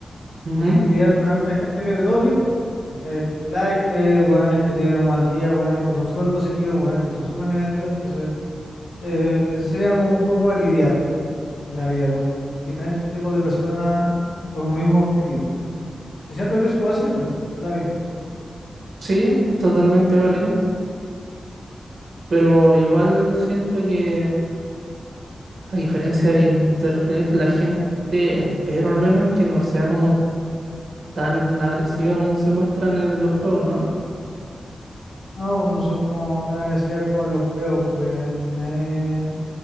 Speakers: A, on the right; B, on the left.
A: Ujú.
B: tenés que lidiar con harta gente que es de todo tipo. ¿Cachai? Flaites, hueones que tienen un mal día, hueones que son súper positivos, hueones que son súper negativos. Entonces, eh, te enseña como un poco a lidiar en la vida con diferentes tipos de personas por un mismo objetivo. Y siento que eso igual sirve en la vida.
A: Sí, totalmente válido. Pero igual siento que, a diferencia de internet, la gente, espero al menos, que no sea como tan agresiva como se muestran en los juegos, ¿no?
B: No, pues no son como tan agresivas como en los juegos, pues, obviamente. Nadie